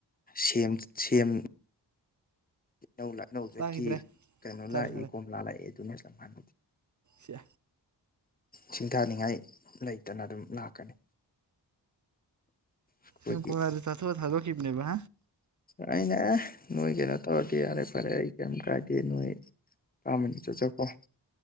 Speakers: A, on the left; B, on the right.
A: ꯁꯦꯝ ꯁꯦꯝ ꯍꯩꯅꯧ ꯂꯥꯛꯅꯧ ꯆꯠꯈꯤ
B: ꯇꯥꯈꯤꯗ꯭ꯔꯦ
A: ꯀꯩꯅꯣ
B: ꯇꯥꯔꯦ
A: ꯂꯥꯛꯏ ꯀꯣꯝꯂꯥ ꯂꯥꯛꯑꯦ ꯑꯗꯨꯅꯁ ꯃꯥꯥꯟ
B: ꯁꯦ
A: ꯁꯤꯡꯊꯥꯅꯤꯡꯉꯥꯏ ꯂꯩꯇꯅ ꯑꯗꯨꯝ ꯂꯥꯛꯀꯅꯤ ꯑꯩꯈꯣꯏꯒꯤ
B: ꯁꯦꯝ ꯀꯣꯝꯂꯥꯗꯨ ꯆꯥꯊꯣꯛꯑ ꯊꯥꯗꯣꯛꯈꯤꯕꯅꯦꯕ
A: ꯀꯥꯏꯅ ꯅꯣꯏꯒꯤꯅꯠꯇꯧ ꯇꯧꯗꯤ ꯌꯥꯔꯦ ꯐꯔꯦ ꯑꯩ ꯀꯔꯤꯝ ꯀꯥꯏꯗꯦ ꯅꯣꯏ ꯑꯄꯥꯝꯕꯅꯤ ꯆꯠꯆꯀꯣ